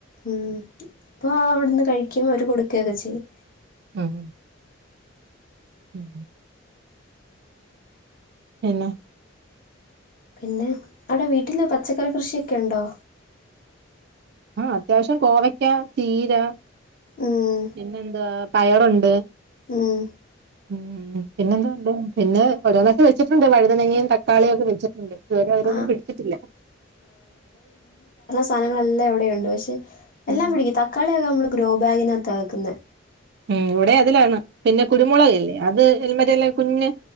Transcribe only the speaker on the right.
ഉം ഉം പിന്നെ
ആഹ് അത്യാവശ്യം കോവയ്ക്കാ, ചീരാ
പിന്നെന്തുവാ പയറുണ്ട്
ഉം പിന്നെ എന്താ ഉണ്ട് പിന്നെ ഒരോന്നൊക്കെ വെച്ച് ണ്ട് വഴ്തനങ്ങെയും തക്കാളിയും ഒക്കെ വെച്ച്ട്ട്ണ്ട് ഇത് വെരെ അയിലൊന്നും
പിടിച്ചിട്ടില്ല
ഉം
ഉം ഇവിടെ അതിലാണ് പിന്നെ കുരുമുളകില്ലേ അത് മറ്റേല്ലേ ഈ കുഞ്ഞ്